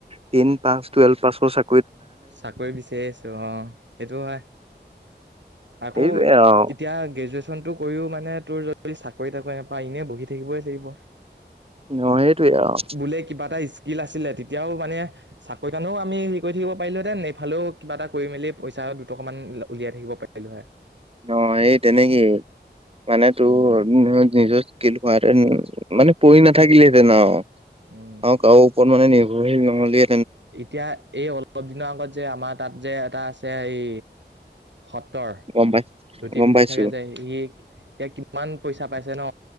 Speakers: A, on the right; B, on the right.
A: টেন পাছ, টুৱেলভ পাছৰ চা
B: চাকৰি বিচাৰি আছো অ সেইটো হয়। আকৌ
A: সেইটোৱে আৰু।
B: এতিয়া গ্ৰেজুৱেট ন টো কৰিও মানে তোৰ যদি চাকৰি তাকৰি নাপাই এনেই বহি থাকিবই লাগিব
A: অ' সেইটোৱে আৰু
B: বোলে কিবা এটা স্কিল আছিলে তে এতিয়াও মানে চাকৰি কাৰণেও আমি হেৰি কৰি থাকিব পাৰিলোহেতে ন এইফালেও কিবা এটা কৰি মেলি পইচা দুটকা মান উলিয়াই থাকিব পাৰিলোহৈ
A: ন এই তেনেকেই মানে তোৰ
B: উম।
A: নিজৰ <unintelligible> মানে পৰি নাথাকিলেহেতেন আৰু
B: উম,
A: আৰু কাৰো ওপৰত মানে নিৰ্ভৰশীল নহলে।
B: এতিয়া এই অলপ দিনৰ আগত যে আমাৰ তাত যে এটা আছে এই সতৰ
A: গম পাই
B: ধুতি
A: গম
B: পিন্ধাই
A: পাইছো।
B: থাকে যে সি এতিয়া কিমান? পইচা পাইছে ন